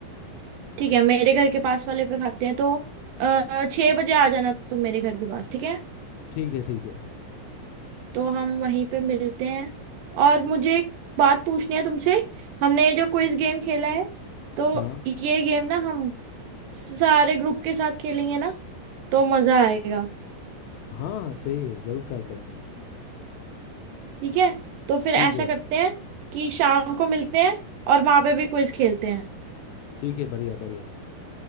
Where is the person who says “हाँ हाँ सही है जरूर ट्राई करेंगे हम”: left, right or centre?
Left